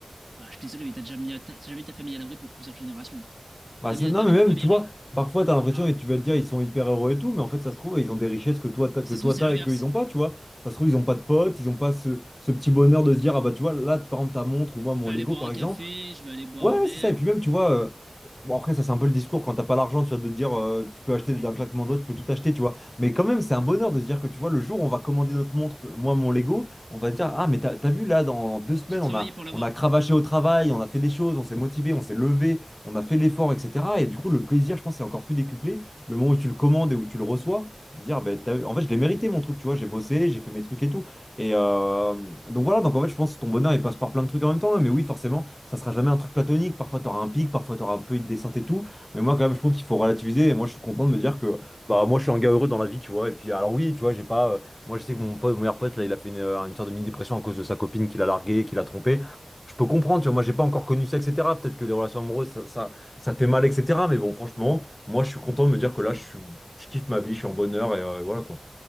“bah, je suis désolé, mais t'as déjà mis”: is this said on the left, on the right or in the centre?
Right